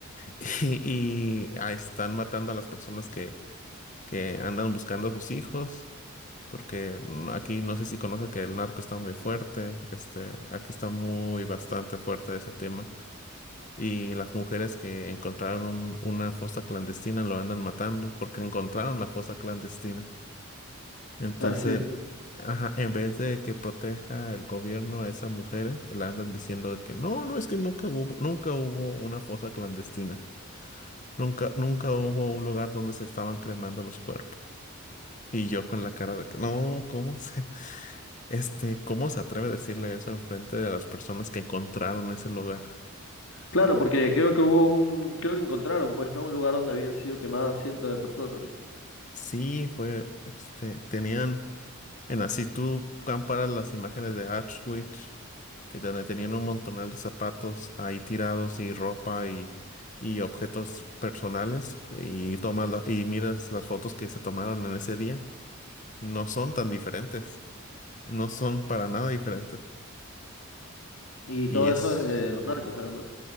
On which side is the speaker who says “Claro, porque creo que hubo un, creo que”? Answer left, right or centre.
Left